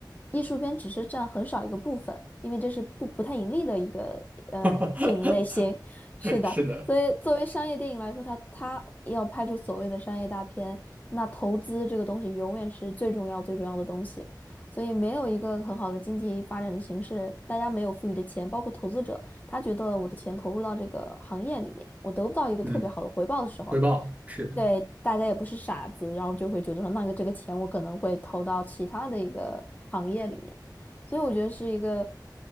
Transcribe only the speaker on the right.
<laughs>
对，是的。
嗯，回报是的。